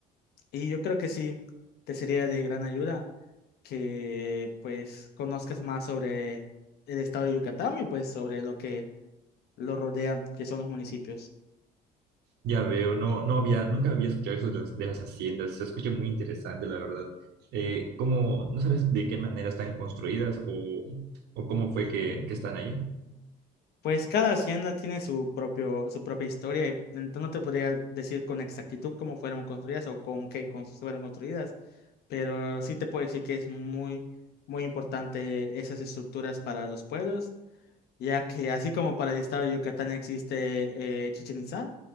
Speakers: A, on the left; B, on the right.
A: Y yo creo que sí, te sería de gran ayuda que pues conozcas más sobre el estado de Yucatán y pues sobre lo que lo rodea, que son los municipios.
B: Ya veo, no, no había, nunca había escuchado eso de las, de las haciendas, se escucha muy interesante, la verdad. Eh, ¿cómo, no sabes de qué manera están construidas o, o cómo fue que, que están ahí?
A: Pues cada hacienda tiene su propio, su propia historia, y entonces no te podría decir con exactitud cómo fueron construidas o con qué cons- fueron construidas, pero sí te puedo decir que es muy, muy importante esas estructuras para los pueblos, ya que así como para el estado de Yucatán existe eh, Chichén Itzá,